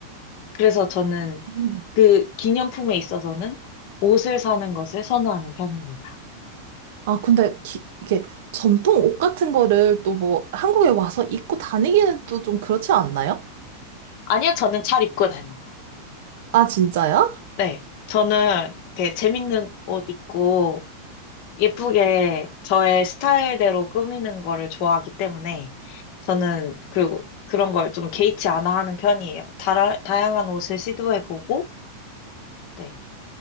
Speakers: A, on the left (about 45°); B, on the right (about 50°).
A: 그래서 저는
B: 음.
A: 그 기념품에 있어서는 옷을 사는 것을 선호하는 편입니다.
B: 아, 근데 기- 이게 전통 옷 같은 거를 또 뭐 한국에 와서 입고 다니기는 또 좀 그렇지 않나요?
A: 아니요, 저는 잘 입고 다녀요.
B: 아, 진짜요?
A: 네, 저는 되게 재밌는 옷 입고 예쁘게 저의 스타일대로 꾸미는 거를 좋아하기 때문에 저는 그리고 그런 걸 좀 개의치 않아 하는 편이에요. 다라, 다양한 옷을 시도해보고 네,